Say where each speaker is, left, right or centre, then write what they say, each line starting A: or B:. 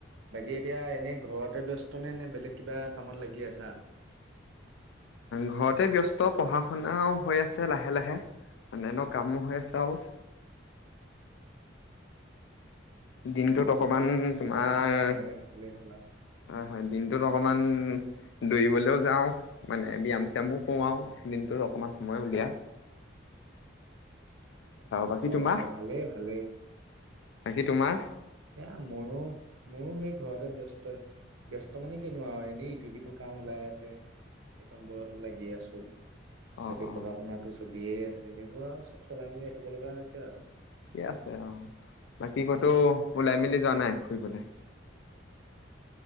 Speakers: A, on the right; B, on the left.
A: বাকী এতিয়া এনেই ঘৰতে ব্যস্ত নে নে বেলেগ কিবা কামত লাগি আছা?
B: ঘৰতে ব্যস্ত পঢ়া শুনাও হৈ আছে লাহে লাহে অন্যান্য কামো হৈ আছে আও দিনটোত
A: অ
B: অকমান
A: অ
B: তোমাৰ
A: থাকা
B: হয়
A: থাকা তেনেকে থাকিলেই হ'ল আৰু
B: হয় দিনটোত অকমান ওম দৌৰিবলৈও যাওঁ মানে ব্যাম চায়ামো কৰোঁ আৰু দিনটোত অকণমান সময় উলিয়ায় বাকী
A: অ
B: তোমাৰ
A: অ ভালেই ভালেই
B: বাকী তোমাৰ
A: সেয়া ময়ো ময়ো সেই ঘৰতে ব্যস্ত ব্যস্ত মানে কিনো আৰু এনেই ইটো সিটো কাম ওলাই আছে সেই কাম ঘৰত লাগি আছো
B: অ
A: বাকী
B: অ
A: পঢ়া শুনাটো চলি দিয়ে আছে সেইবোৰ আৰু চব চলাই মেলি ৰাখিব লগা হৈছে আৰু
B: ঠিকে আছে অ বাকী কতো ওলাই মেলি যোৱা নাই ফুৰিবলে